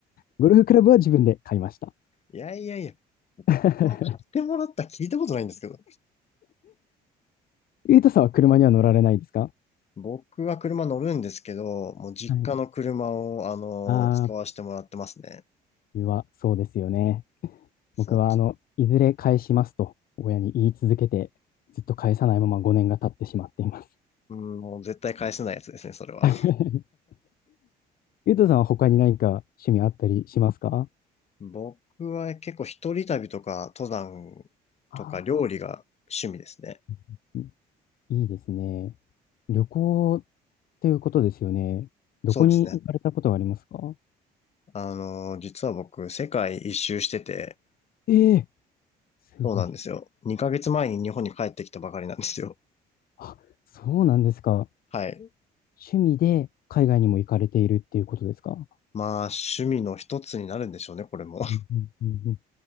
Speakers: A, on the left (about 60°); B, on the left (about 40°).
A: ゴルフクラブは自分で買いました。
B: いやいやいや。
A: <laughs>
B: 自も買ってもらった聞いたことないんですけど。
A: ゆうとさんは車には乗られないですか
B: 僕は車乗るんですけど、もう実家の車を、
A: はい。
B: あの、
A: あ
B: 使わせてもらってますね。
A: ー、はそうですよね。
B: そ
A: 僕はあの、いずれ返しますと親に言い続けて、ずっと返さないまま5年が経ってしまっています。
B: う。うん、もう絶対返せないやつですね、それは。
A: <laughs> ゆうとさんは他に何か趣味あったりしますか
B: 僕は結構一人旅とか、登山とか料理が趣味ですね。
A: あーいいですね。旅行っていうことですよね。どこに行かれたことはありますか
B: そうですね。あのー、実は僕、世界一周してて、
A: ええすごい。
B: そうなんですよ。2ヶ月前に日本に帰ってきたばかりなんですよ。
A: あ、そうなんですか。
B: はい。
A: 趣味で海外にも行かれているっていうことですか
B: まあ、趣味の一つになるんでしょうね、これも。
A: うんうんうんうん